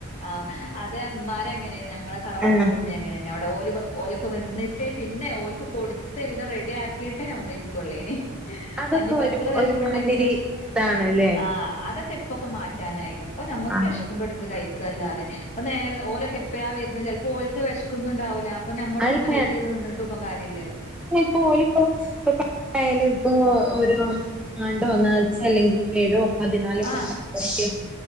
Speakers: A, on the left; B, in the centre.
A: ആഹ് അതെ ഇമ്മാരങ്ങനെനു ഞങ്ങളെ തറവാട്ടിലും
B: ആഹ്
A: മ്മെ അങ്ങനെന്നെ അവിടെ ഓല് ഓലൊക്കെ വെന്ന് ട്ടെ പിന്നെ ഓൽക്ക് കൊടുത്ത് എല്ലാം റെഡി ആക്കിട്ടേ നമ്മള് ഇര്ക്കോള്ളേനി
B: അതൊക്കെ
A: അഹ് ഇഞ്പ്പ
B: ഒരു
A: എത്ര വെശപ്പുണ്ടെങ്കിലും
B: ഒരുമാതിരി ഇതാണല്ലേ
A: ആഹ് അതൊക്കെ ഇപ്പൊക്കെ മാറ്റാനായിണ് ഇപ്പൊ ഞമ്മക്ക്
B: ആഹ്
A: വെഷ്ക്കുമ്പോ എടുത്ത് കഴി ക്കല്ലാതെ അപ്പ നേരെ ഓലൊക്കെ എപ്പഴാ വെര്ന്നത് ചെൽപ്പോ ഓൽക്ക് വെശക്കുന്നുണ്ടാവുല ഇപ്പ ഞമ്മള്
B: അല്ല
A: ഇങ്ങെനെ വെയിറ്റ് ചെയ്ത് നിന്നിട്ടും കാര്യാല്ലല്ലോ
B: പ്പോ ഓല്പ്പോ <unintelligible> ആണ്ടോ നീർച്ചെ അല്ലെങ്കി ഏഴോ പതിനാലൊക്കെ
A: ആഹ്
B: ഉണ്ടാവുമ്പോക്കെ